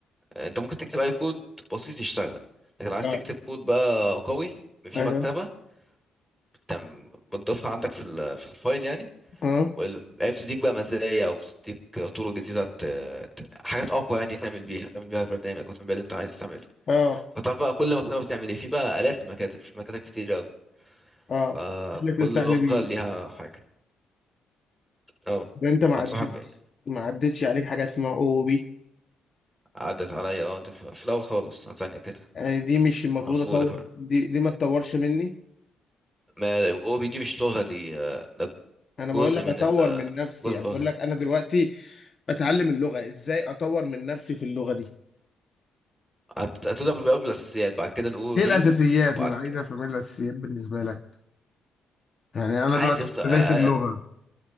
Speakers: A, in the centre; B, on the left.
A: آه، انت ممكن تكتب اي كود بسيط يشتغل لكن لو عايز
B: اه
A: تكتب كود بقى قوي في
B: ايوه
A: مكتبه بتعم- بتضيفها عندك في ال- في الفايل يعني
B: اه
A: وال- هي بتديك بقى مزايا او بتديك طرق جديده ت- ت- حاجات اقوى يعني تعمل بيها تعمل بيها برنامج او تعمل بيها اللي انت عايز تعمله
B: اه
A: فتعرف بقى كل مكتبه بتعمل ايه في بقى الاف المكاتب في مكاتب كتير قوي
B: اه
A: فكل
B: اللي تنصحني
A: لغه
B: بيه
A: ليها حاجه اه
B: ده انت ما عدتش
A: انصحك
B: ما عدتش عليك حاجه اسمها او بي
A: عدت عليا اه انت في في الاول خالص سنة تانية كده
B: يعني دي مش المفروض
A: او في
B: اطور
A: اولى كمان
B: دي دي ما تطورش مني
A: ما هو دي مش لغة دي آه، ده
B: انا
A: جزء
B: بقول لك
A: من
B: اطور
A: ال
B: من نفسي
A: جزء
B: يعني
A: من اللغة
B: بقول لك انا دلوقتي بتعلم اللغه ازاي اطور من نفسي في اللغه دي
A: هت- هتبدأ بقى بالأساسيات بعد كده الأو
B: ايه
A: بي
B: الاساسيات
A: وبعد
B: ما انا عايز
A: كده
B: افهم ايه الاساسيات بالنسبه لك يعني انا
A: عايز
B: دلوقتي
A: يص
B: كنت
A: اه اه
B: داخل لغه